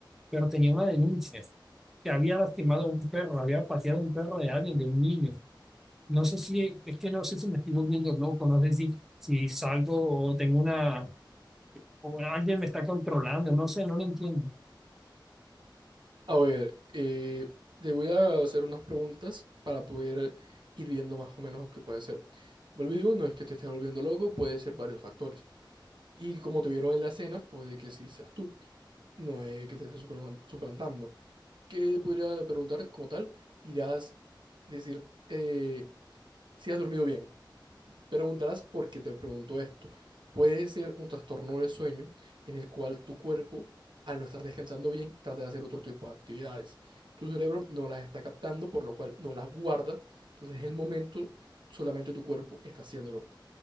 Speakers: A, in the centre; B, on the right.
A: pero tenía una denuncia que había lastimado a un perro, había pateado a un perro de alguien, de un niño. No sé si, es que no sé si me estoy volviendo loco, no sé si, si salgo o tengo una, o alguien me está controlando, no sé, no lo entiendo.
B: A ver, eh, te voy a hacer unas preguntas para poder ir viendo más o menos qué puede ser. Vuelvo y digo, no es que te estés volviendo loco, puede ser varios factores. Y como te vieron en la escena, puede que sí seas tú. No es que te estés supleman- suplantando. ¿Qué podría preguntar como tal? Irás decir eh, si has dormido bien. Preguntarás por qué te pregunto esto. Puede ser un trastorno del sueño en el cual tu cuerpo, al no estar descansando bien, trata de hacer otro tipo de actividades. Tu cerebro no las está captando, por lo cual no las guarda. Entonces, en el momento, solamente tu cuerpo está haciéndolo.